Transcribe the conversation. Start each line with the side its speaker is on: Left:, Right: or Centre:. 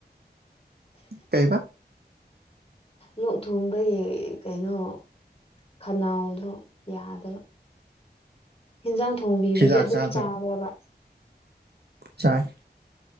Right: ꯀꯩꯕ
Left: ꯂꯣꯛ ꯊꯨꯡꯕꯩ ꯀꯩꯅꯣ ꯈꯅꯥꯎ ꯑꯗꯣ ꯌꯥꯗꯕ ꯍꯦꯟꯖꯥꯡ ꯊꯣꯡꯕꯤꯕꯗꯤ
Right: ꯆꯤꯟꯖꯥꯛ
Left: ꯑꯗꯨꯝ
Right: ꯆꯥꯗꯕ
Left: ꯆꯥꯕꯕ꯭ꯔꯥ
Right: ꯆꯥꯏ